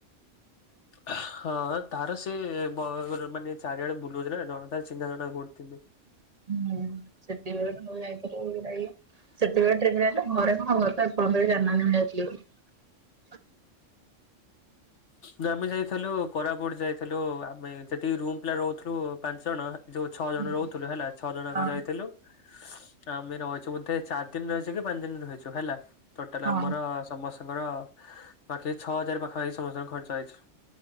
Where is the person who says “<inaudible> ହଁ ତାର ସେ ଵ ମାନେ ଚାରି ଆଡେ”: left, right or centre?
Left